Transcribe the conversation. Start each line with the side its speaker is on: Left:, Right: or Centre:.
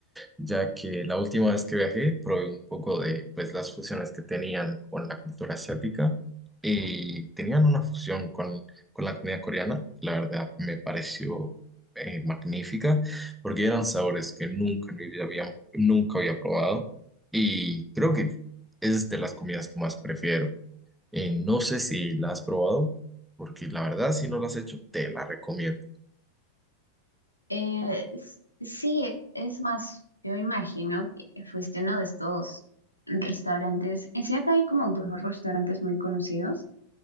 Centre: ya que la última vez que viajé probé un poco de pues, las fusiones que tenían con la cultura asiática y tenían una fusión con, con la comida coreana. La verdad me pareció eh, magnífica porque eran sabores que nunca en mi vida había, nunca había probado y creo que es de las comidas que más prefiero. Eh, no sé si la has probado, porque la verdad, si no la has hecho, te la recomiendo.
Left: Eh, s- sí, es más, yo imagino que fuiste a uno de estos restaurantes. En sí, acá hay como dos restaurantes muy conocidos